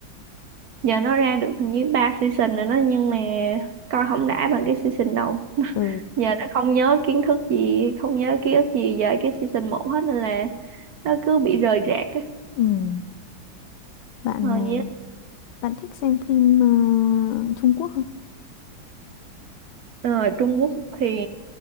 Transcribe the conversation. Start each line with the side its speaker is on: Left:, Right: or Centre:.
Right: giờ nó ra được hình như ba season rồi đó nhưng mà coi không đã bằng cái season đầu <laughs>
Left: ừ,
Right: giờ đã không nhớ kiến thức gì không nhớ ký ức gì về cái season một hết nên là nó cứ bị rời rạc
Left: ừ. bạn
Right: Ờ,
Left: ờ,
Right: dạ.
Left: bạn thích xem phim ờ, Trung Quốc
Right: Ờ, Trung Quốc thì